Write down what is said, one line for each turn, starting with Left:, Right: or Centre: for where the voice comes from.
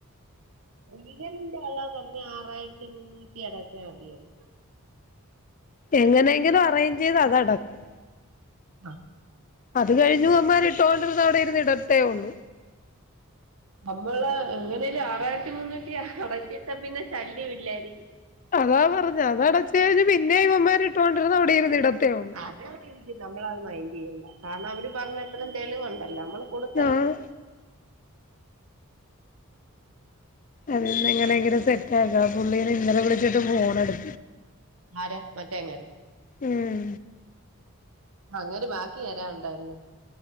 Right: ലീഗലിന്റെ ആളാ പറഞ്ഞെ ആറായിരത്തി മുന്നൂറ്റി അടച്ചാ മതിയെന്ന്
Left: എങ്ങനെങ്കിലും അറേഞ്ച് ചെയ്ത് അതടക്കും
Right: ആഹ്
Left: അത് കഴിഞ്ഞിവമ്മാര് ഇട്ടോണ്ടിരുന്നാ അവിടിരുന്ന് ഇടത്തേ ഉള്ളൂ.
Right: നമ്മള് എങ്ങനെലും ആറായിരത്തി മുന്നൂറ്റി അടച്ചിട്ടാപ്പിന്നെ ശല്യവില്ലായിരിക്കും.
Left: അതാ പറഞ്ഞെ അതടച്ച് കഴിഞ്ഞ് പിന്നേം ഇവമ്മാരിട്ടോണ്ടിരുന്ന അവിടെ ഇരുന്ന് ഇടത്തേഉള്ളു
Right: അതവിടെയിരിക്കും നമ്മളത് മൈൻന്റെയ്യണ്ട കാരണം അവര് പറഞ്ഞത്രേം തെളിവുണ്ടല്ലോ നമ്മള് കൊടുത്തല്ല
Left: ആഹ് അതിൽന്ന് എങ്ങനെങ്കിലും സെറ്റ് ആക്കണം പുള്ളിനെ ഇന്നലെ വിളിച്ചിട്ട് ഫോണ് എടു
Right: ആരെ മറ്റേങ്ങേരെ?
Left: ഉം
Right: അങ്ങേര് ബാക്കിയെരാണ്ടായിരുന്നു.